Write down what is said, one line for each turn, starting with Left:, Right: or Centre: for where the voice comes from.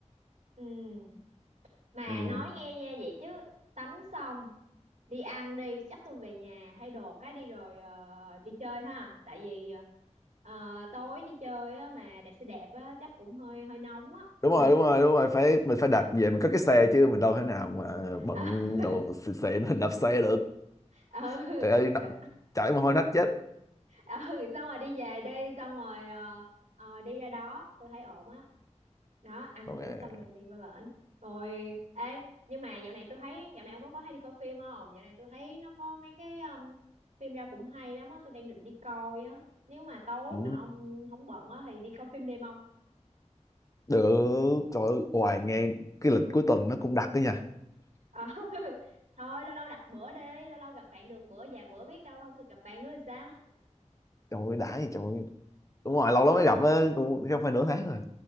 Right: Ừ. Mà
Left: ừ.
Right: nói nghe nha vậy chứ tắm xong đi ăn đi, chắc tôi về nhà thay đồ cái đi rồi ờ, đi chơi ha. Tại vì ờ, ờ, tối đi chơi á mà đạp xe đạp á chắc cũng hơi hơi nóng á.
Left: đúng rồi
Right: Ừ.
Left: đúng rồi đúng rồi phải mình phải đạp về mình có cái xe chứ mình đâu thể nào mà bận
Right: <laughs>
Left: đồ xịn xịn mình <laughs> đạp xe được
Right: ừ.
Left: trời ơi nó-
Right: ừ.
Left: chảy mồ hôi nách chết
Right: ừ <laughs> xong rồi đi về đi xong rồi ờ, ờ, đi ra đó tôi thấy ổn á đó. ăn
Left: ok
Right: uống xong rồi đi qua bển rồi ê nhưng mà dạo này tôi thấy dạo này ông có có hay đi coi phim không dạo này tôi thấy nó có mấy cái um, phim ra cũng hay lắm á tôi đang định đi coi á nếu mà tối
Left: ừ.
Right: mà ông không bận á thì đi coi phim đêm ông
Left: được trời ơi hoài nghe cái lịch cuối tuần nó cũng đặc đó nha
Right: Ờ, <laughs> thôi lâu lâu đặt bữa đi lâu lâu gặp bạn được bữa vài bữa biết đâu không được gặp bạn nữa thì sao
Left: trời ơi đã gì trời ơi đúng rồi lâu lắm mới gặp á cũng không phải nửa tháng rồi